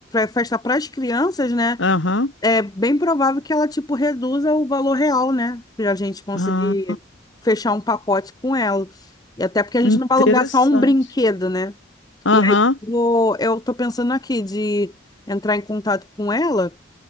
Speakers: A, on the left; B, on the left.
A: festa para as crianças, né?
B: Aham.
A: é bem provável que ela, tipo, reduza o valor real, né? Pra gente conseguir
B: Ah,
A: fechar um pacote com ela. E até porque a gente
B: interessante.
A: não vai alugar só um brinquedo, né?
B: Aham.
A: E aí vou- eu tô pensando aqui de entrar em contato com ela.